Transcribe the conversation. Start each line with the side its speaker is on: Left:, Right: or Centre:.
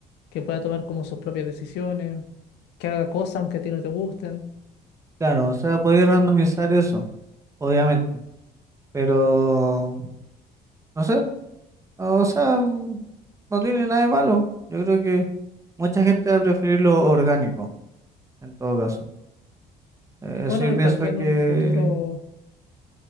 Left: que pueda tomar como sus propias decisiones, que haga cosas aunque a ti no te gusten.
Right: Claro, o sea, podía randomizar eso, obviamente, pero no sé, o sea, mm, no tiene nada de malo. Yo creo que mucha gente va a preferir lo orgánico, en todo caso. Eh, eso
Left: Bueno,
Right: yo pienso
Left: tal vez en
Right: que,
Left: un futuro